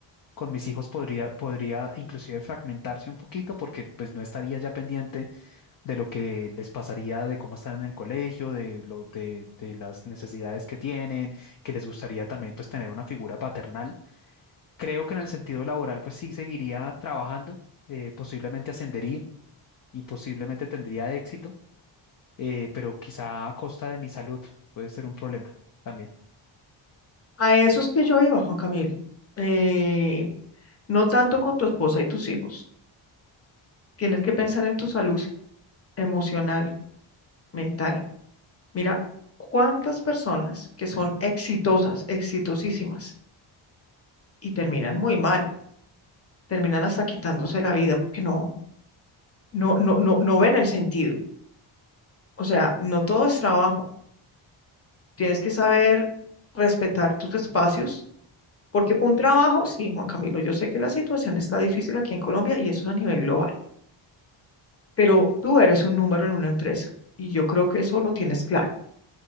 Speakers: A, on the left; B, on the left.
A: con mis hijos podría, podría inclusive fragmentarse un poquito porque pues no estaría ya pendiente de lo que les pasaría, de cómo están en el colegio, de, lo, de, de las necesidades que tienen, que les gustaría también pues tener una figura paternal. Creo que en el sentido laboral pues sí seguiría trabajando, eh, posiblemente ascendería y posiblemente tendría éxito, eh, pero quizá a costa de mi salud puede ser un problema también.
B: A eso es que yo iba, Juan Camilo. Eh, no tanto con tu esposa y tus hijos. Tienes que pensar en tu salud emocional, mental. Mira, cuántas personas que son exitosas, exitosísimas, y terminan muy mal, terminan hasta quitándose la vida porque no. no, no, no, no ven el sentido. O sea, no todo es trabajo. Tienes que saber respetar tus espacios, porque un trabajo, sí, Juan Camilo, yo sé que la situación está difícil aquí en Colombia y eso es a nivel global, pero tú eres un número en una empresa y yo creo que eso lo tienes claro.